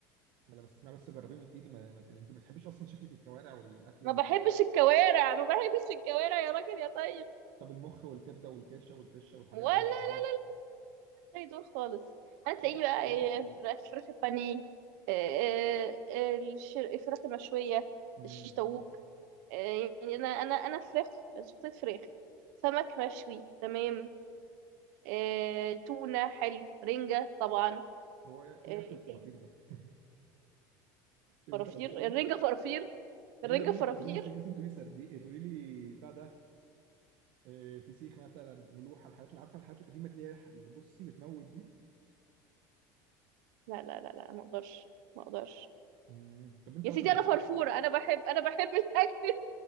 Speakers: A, on the right; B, on the right.
A: لا بس اسمها بس جربيه من ايدي ما... ما... ت- انت ما بتحبيش اصلا شكلك الكوارع والاكل ال-
B: ما بحبش الكوارع ما بحبش الكوارع يا راجل يا طيب
A: طب المخ والكبده والكرشه والفشه والحاجات
B: ولا
A: دي والخضار.
B: زي دول خالص هتلاقيني
A: لا، لا،
B: بقى إيه،
A: لا، كتير.
B: فراخ فراخ البانيه إيه، إيه، إيه، الش- الفراخ المشويه
A: امم
B: الشيش طاووق آه، يعني انا انا انا فراخ شخصيه فراخ سمك مشوي تمام آه، تونه حلو رنجه طبعا
A: هو ايه
B: آه،
A: اكل
B: ايه
A: الفرافير
B: تاني
A: ده؟ <laughs> انت
B: فرافير
A: بتهزري
B: الرنجه فرافير
A: ايوه
B: الرنجه
A: رنه
B: فرافير
A: فرافيم السنين مثلا تقولي سردي تقولي لي بتاع ده آه، فسيخ مثلا ملوحه الحاجات اللي عارفه الحاجات القديمه اللي هي اللي بصي بتموت دي
B: لا لا لا لا ما اقدرش ما اقدرش
A: مم. طب انت
B: يا
A: اصلا
B: سيدي
A: بت...
B: انا فرفوره انا بحب انا بحب الاكل